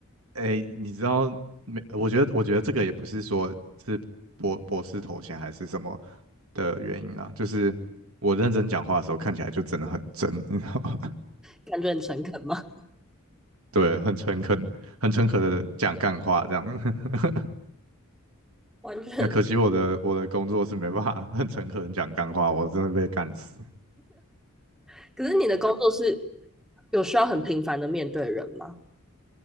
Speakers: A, on the right; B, in the centre.
A: 哎，你知道没？我觉得，我觉得这个也不是说是博博士头衔还是什么的原因啦，就是我认真讲话的时候看起来就真的很真，你知道吗？<laughs>
B: 感觉很诚恳吗？
A: 对，很诚恳，很诚恳的讲干话这样。<laughs>
B: 完全
A: 那可惜我的我的工作是没办法很诚恳的讲干话，我真的被干死。
B: <laughs>。可是你的工作是有需要很频繁的面对人吗？